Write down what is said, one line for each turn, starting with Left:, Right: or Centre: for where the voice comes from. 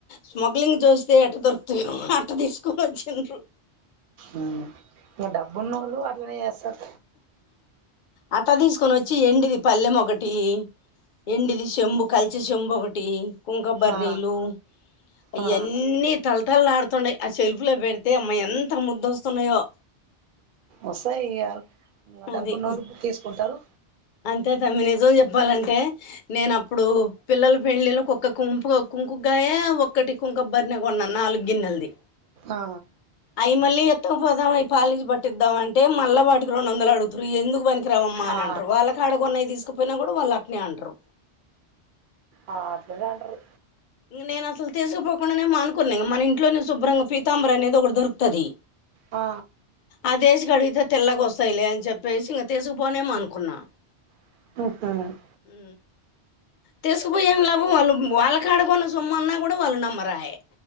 Left: స్మగ్లింగ్ చేస్తే ఎట్ట దొరుకు <unintelligible> అట్ట తీసుకోని ఒచ్చిండ్రు
Right: ఇంగ డబ్బున్నోళ్ళు అట్లనే చేస్తారు
Left: అట్ట తీసుకొనొచ్చి ఎండిది పల్లెం ఒకటి ఎండిది చెంబు కలిషె చెంబు ఒకటి కుంకపు బరినీలు
Right: ఆ
Left: అయన్నీ
Right: ఆ
Left: తలతలాడుతుండాయి ఆ షెల్ఫ్ లో పెడు తే అమ్మ ఎంత ముద్దొస్తున్నాయో
Right: వస్తాయి ఇయాల్ ఇంగ డబ్బున్నోల్లు
Left: అది
Right: తీసుకుంటారు
Left: అంతే తమ్మి నిజం చెప్పాలంటే నేను అప్పుడు పిల్లల పెళ్లిళ్ళకు ఒక్క కుంపుగ కు కుంకుగ్గాయ ఒక్కటి కుంకపు భరిణె కొన్నా నాలుగు గిన్నెలది
Right: ఆ
Left: అయి మళ్ళీ త్తుకు పోదాం అయి పాలిష్ పట్టిద్దాం అంటే మళ్ళా వాటికి రెండొందలు అడుగుతుర్రు ఇవి ఎందుకు పనికిరావమ్మా అని
Right: ఆ
Left: అం ట్రు వాళ్ళకాడ గొన్నయి తీసుకుపోయినా గూడా వాళ్ళు అట్నే అంటరు
Right: ఆ అట్లనే అంట్రు
Left: నేను అసలు తీసుకోపోకుండానే మానుకున్నా ఇంగ మన ఇంట్లోనే శుభ్రంగా పీతాంబరి అనేది ఒకటి దొరుకుతది
Right: ఆ
Left: అదేసి కడిగితే తెల్లగా వస్తాయిలే అని చెప్పేసి ఇంక తీసుకుపోనే మానుకున్నా
Right: <unintelligible>
Left: ఊ తీసుకుపోయి ఏం లాభం వాళ్ళు వాళ్ళకాడ కొన్న సొమ్ము అన్నా కూడా వాళ్ళు నమ్మరాయే